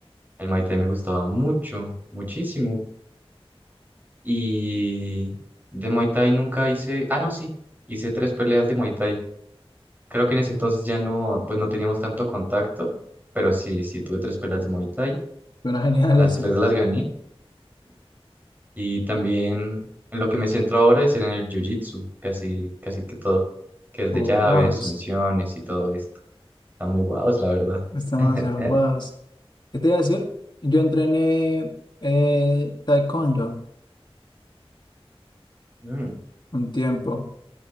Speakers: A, on the right (about 20°); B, on the left (about 50°).
A: El Muay Thai me gustaba mucho, muchísimo. Y de Muay Thai nunca hice, ah, no, sí, hice tres peleas de Muay Thai. Creo que en ese entonces ya no, pues no teníamos tanto contacto, pero sí, sí tuve tres peleas de Muay Thai,
B: Suena genial
A: las
B: eso.
A: tres las gané y también en lo que me centro ahora es en el Jiu-Jitsu, casi, casi que todo, que es de
B: Oh,
A: llaves,
B: wow.
A: sumisiones y todo esto. Está muy guados, la verdad.
B: Está demasiado
A: <laughs>
B: wow ¿Qué te iba a decir? Yo entrené eh, taekwondo
A: Mm,
B: un tiempo,